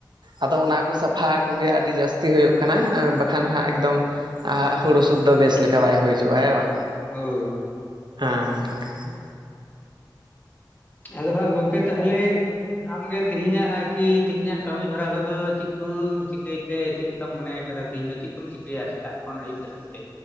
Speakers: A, on the right (about 70°); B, on the left (about 25°).
A: ᱟᱫᱚ ᱚᱱᱟ ᱠᱚ ᱥᱟᱯᱷᱟ ᱠᱚᱜᱮ ᱟᱹᱰᱤ ᱡᱟᱹᱥᱛᱤ ᱦᱩᱭᱩᱜ ᱠᱟᱱᱟ ᱮᱸ ᱵᱟᱠᱷᱟᱱ ᱦᱟᱸᱜ ᱮᱠᱫᱚᱢᱼᱼ ᱟᱸᱜ ᱦᱩᱲᱩ ᱥᱩᱫᱽ ᱫᱚ ᱵᱮᱥ ᱞᱮᱠᱟ ᱵᱟᱭ ᱦᱩᱭ ᱪᱩᱣᱟᱜ-ᱟ ᱦᱮᱸ ᱵᱟᱝ,
B: ᱦᱳᱭ
A: ᱦᱟᱸ ᱦᱟᱸ ᱦᱟᱸ᱾
B: ᱟᱫᱚ ᱦᱟᱸᱜ ᱜᱚᱝᱠᱮ ᱛᱟᱦᱞᱮᱼᱼ ᱟᱢᱜᱮ ᱛᱤᱦᱤᱧᱟᱜ ᱟᱨᱠᱤ ᱛᱮᱦᱤᱧᱟᱜ ᱠᱟᱹᱢᱤ ᱦᱚᱨᱟ ᱠᱚᱫᱚ ᱪᱤᱜ ᱠᱩᱢ ᱪᱤᱠᱟᱹᱭ ᱛᱮ ᱪᱤᱞᱤᱼᱼ ᱠᱟᱢ ᱢᱚᱱᱮ ᱭᱟᱠᱟᱫᱟ ᱛᱤᱦᱤᱧ ᱫᱚ ᱪᱤᱜ ᱠᱩᱢ ᱪᱤᱠᱟᱹᱭᱟ ᱥᱮᱛᱟᱜ ᱠᱷᱚᱱ ᱟᱭᱩᱵ ᱫᱷᱟᱹᱵᱤᱡ ᱛᱮ?